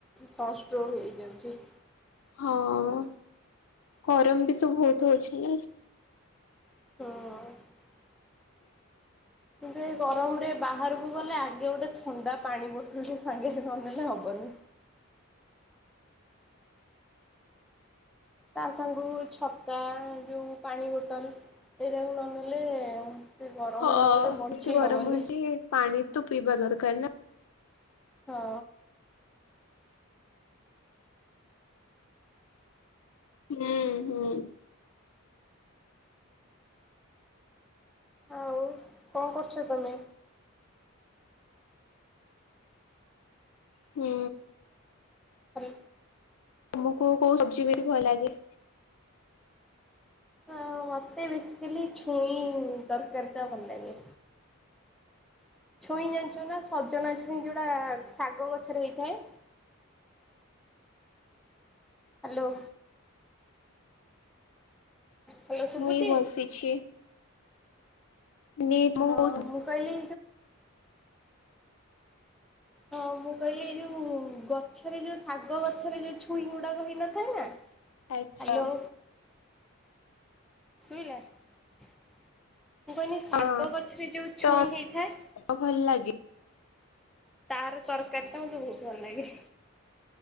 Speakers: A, in the centre; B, on the left (about 85°).
A: ସନ୍ ଷ୍ଟୋକ୍ ହେଇଯାଉଛି। ୍
B: ହଁ ଗରମ ବି ବହୁତ ହଉଛି ନା।
A: ହଁ। କିନ୍ତୁ ଏ ଗରମ ରେ ବାହାରକୁ ଗଲେ ଆ ଗୋଟେ ଥଣ୍ଡା ପାଣି ବୋଟଲ ସାଙ୍ଗରେ ନ ନେଲେ ହବନି । ତା ସାଙ୍ଗକୁ ଛତା ଏ ଯୋଉ ପାଣି ବୋଟଲ। ଏଇରାକୁ ନ ନେଲେ ସେ ଗରମରେ
B: ହଁ
A: ଆଉ ବୋଧେ ବଞ୍ଚି
B: ଏତେ ଗରମ
A: ହବନି।
B: ହେଇଛି ପାଣି ତ ପିଇବା ଦରକାର ନା।
A: ହଁ।
B: ହୁଁ ହୁଁ।
A: ଆଉ କଣ କରୁଛ ତମେ?
B: ହୁଁ।
A: ହାଲ।
B: ତମକୁ କଉ ସବଜି ବେଶୀ ଭଲ ଲାଗେ?
A: ହ ମତେ ବସିକଲି ଛୁଇଁ ତରକାରତା ଭଲିଲ ଛୁଇଁ ଯାଛ ନା ସଜନା ଛୁଇଁ ଯୋଉଟା ଶାଗ ଗଛରେ ହେଇଥାଏ
B: ଆ
A: ହ୍ୟାଲୋ ହାଲୋ ଶୁଭୁଛି?
B: ମୁଁଇ ବସିଛି ହ୍ୟାଲୋ
A: ହଁ ମୁଁ କିଲ ହଁ ମୁଁ କହିଲି ଏଇ ଯୋଉ ଗଛରେ ଯୋଉ ଶାଗ ଗ ଗଛରେ ଯ ଛୁଇଁ ଗୁଡାକ ହେନଥାଏ ନା
B: ଆଚ୍ଛା
A: ହାଲୋ ଶଇଲା। ମୁଁ କହିଲି ଶାଗ
B: ହଁ
A: ଗଛରେ ଯୋଉ
B: ତ
A: ଛୁଇଁ ହେଇଥାଏ।
B: ଭଲ ଲାଗେ
A: ତାର ତରକାରୀା ମତେ ବହୁତ ଭଲ ଲାଗେ।